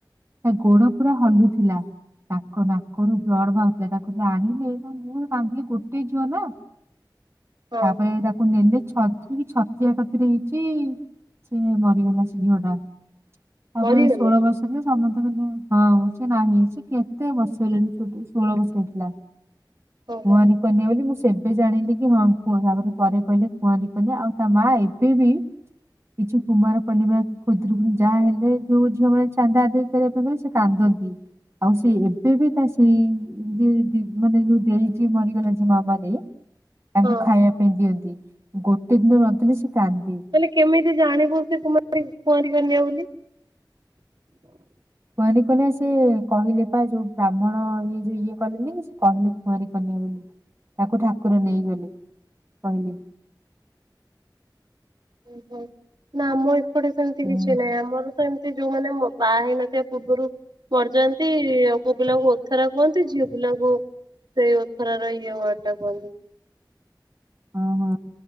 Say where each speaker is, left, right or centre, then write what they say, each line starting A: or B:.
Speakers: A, on the right; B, on the right.
A: ତା ଗୋଡ ପୁରା ହଲୁ ତାଙ୍କ ନାକରୁ ବ୍ଲଡ ବାହାରୁଥିଲା ତାକୁ ଆଣିଲେ ନା ମୁଁ କାନ୍ଦିଲି ଗୋଟେ ଝିଅ ନା।
B: ହଁ
A: ତାପରେ ତାକୁ ନେଲେ ଛ- - ଛତିଆ କତିରେ ହେଇଛି ସେ ମରିଗଲା ସେ ଝିଅ ଟା। ତାପରେ
B: ମରିଗଲେ
A: ଷୋହଳ ବର୍ଷ ହେ ସମସ୍ତେ ହଁ। ନାହିଁ ସେ କେତେ ବର୍ଷ ହେଲାଣି ଷୋହଳ ବର୍ଷ ହେଇଥିଲା।
B: ଓହୋ
A: କୁଆଂରି- - କନିଆ ବୋଲି ମୁଁ ସେବେ ଜାଣିଲି କି ହଁ କୁହ ତାପରେ ପରେ କହିଲେ କୁଆଁରି କନ୍ୟା ଆଉ ତା ମା ଏବେ ବି କିଛି କୁମାର ପୂର୍ଣିମା ଖୁଦୁରୁକୁଣି ଯାହା ହେଲେ ଯୋଉ ଝିଅମାନେ ଚାନ୍ଦା ଆଦେଇ କରିବା ପାଇଁ ଗଲେ ସେ କାନ୍ଦନ୍ତି। ହୁଁ ଆଉ ସେ ଏବେ ବି ତା ସେଇ ଯେ ଦେଇ ଯେ ମରିଗଲା ଯେ ମାମା ଦେଇ। ତାଙ୍କୁ
B: ହଁ
A: ଖାଇବା ପାଇଁ ଦିଅନ୍ତି ଗୋଟେ ଦିନ ନଦେଲେ ସେ କାନ୍ଦେ।
B: ମାନେ କେମିତି ଜାଣିବୁ ସେ କୁମାରି କୁଆଁରି କନ୍ୟା ବୋଲି।
A: କୁଆଁରୀ କନ୍ୟା ସେ କହିଲେ ପା ଯୋଉ ବ୍ରାହ୍ମଣ ଇଏ ଯୋଉ ଇଏ କଲେନି କି ସେ କହିଲେ କୁଆଁରୀ କନ୍ୟା ବୋଲି। ତାକୁ ଠାକୁର ନେଇଗଲେ କହିଲେ।
B: ଓହୋ ନା ଆମ ଏପଟେ ସେମତି
A: ହୁଁ
B: କିଛି ନାହିଁ। ଆମର ତ ଏମିତି ଯୋଉମାନେ ମ -- ବାହା ହେଇନଥିବା ପୂର୍ବରୁ ମଡଯାନ୍ତି ପୁଅ ପିଲାଙ୍କୁ ଓଥରା କୁହନ୍ତି ଝିଅ ପିଲାଙ୍କୁ- - ସେଇ ଓଥରା ର ଏଇ ୱାଡ଼ ଟା କୁହନ୍ତି।
A: ଓଁ ହଁ